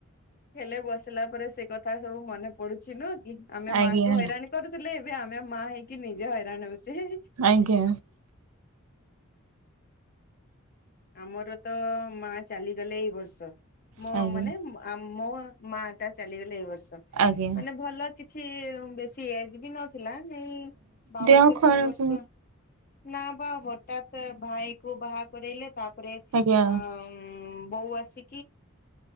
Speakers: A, on the left; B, on the right.
A: ହେଲେ ବସିଲା ପରେ ସେ କଥା ସବୁ ମନେ ପଡୁଛି ନୁହ। ଆମେ
B: ଆଜ୍ଞା
A: ମା କୁ ହଇରାଣ କରୁଥିଲେ ଏବେ ଆମେ ମା ହେଇକି ନିଜେ ହଇରାଣ ହଉଛେ।
B: ଆଜ୍ଞା।
A: ଆମର ତ ମା ଚାଲିଗଲେ ଏଇ ବର୍ଷ ମୋ
B: ଆଜ୍ଞା। ଆଜ୍ଞା
A: ମାନେ ମା ମୋ ମା। ଚାଲିଗଲେ ଏଇ ବର୍ଷ
B: ଆଜ୍ଞା
A: ମାନେ ଭଲ କିଛି ବେଶୀ ଏଜ ବି ନ ଥିଲା ନାଇ ବାବନ
B: ଦେହ
A: ତେପନ
B: ଖରାପ
A: ବର୍ଷ। ନା ବା ହଠାତ ଭାଇ କୁ ବାହା କରଇଲେ ତାପରେ
B: ଆଜ୍ଞା
A: ଅ ବୋଉ ଆସ।